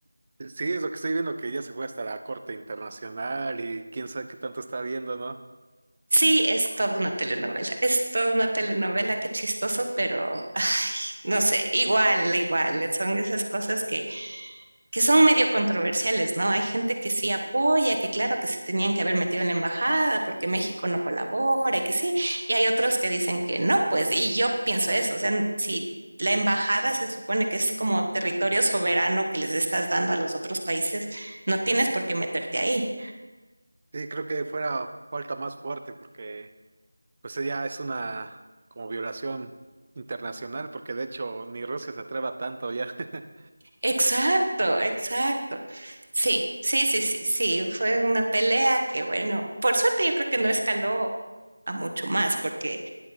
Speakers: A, on the right; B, on the right.
A: Sí, es lo que estoy viendo, que ya se fue hasta la Corte Internacional y quién sabe qué tanto está viendo, ¿no?
B: Sí, es toda una telenovela, es toda una telenovela, qué chistoso, pero ay, no sé, igual, igual, son esas cosas que, que son medio controversiales, ¿no? Hay gente que sí apoya, que claro que se tenían que haber metido en la embajada porque México no colabora y que sí, y hay otros que dicen que no, pues, y yo pienso eso, o sea, si la embajada se supone que es como territorio soberano que les estás dando a los otros países, no tienes por qué meterte ahí.
A: Sí, creo que fuera falta más fuerte porque... Pues ya es una como violación internacional, porque de hecho ni Rusia se atreva tanto ya. <laughs>
B: Exacto, exacto. Sí, sí, sí, sí, sí. Fue una pelea que, bueno, por suerte yo creo que no escaló a mucho más, porque